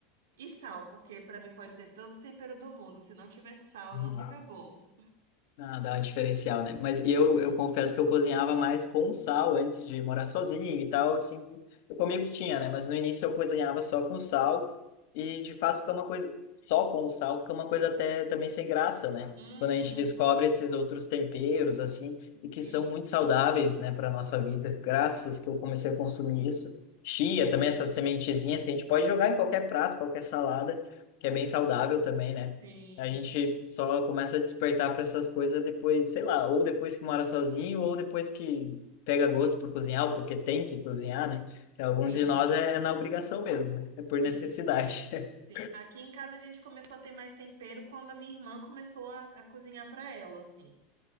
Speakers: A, on the right; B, on the left.
A: E sal, porque pra mim pode ter todo o tempero do mundo. Se não tiver sal,
B: Uhum.
A: não fica bom.
B: Ah, dá um diferencial, né? Mas eu,
A: Sim.
B: eu confesso que eu cozinhava mais com sal antes de morar sozinho e tal, assim. Eu comia o que tinha, né? Mas no início eu cozinhava só com sal e, de fato, fica uma coisa... Só com o sal fica uma coisa até também sem graça, né?
A: Uhum.
B: Quando a gente descobre esses outros temperos, assim,
A: Sim,
B: e que são muito saudáveis, né, para nossa vida. Graças que eu comecei a consumir isso. Chia
A: sim,
B: também, essas sementezinhas que a gente pode jogar em qualquer prato, qualquer salada, que é bem saudável também, né?
A: sim,
B: A gente só começa a despertar para essas coisas depois, sei lá, ou depois que mora sozinho, ou depois que pega gosto por cozinhar, ou porque tem que cozinhar, né? Que alguns
A: sim,
B: de nós é, é na obrigação mesmo, né? É por
A: sim,
B: necessidade. <laughs>
A: sim. Aqui em casa a gente começou a ter mais tempero quando a minha irmã começou a, a cozinhar pra ela, assim.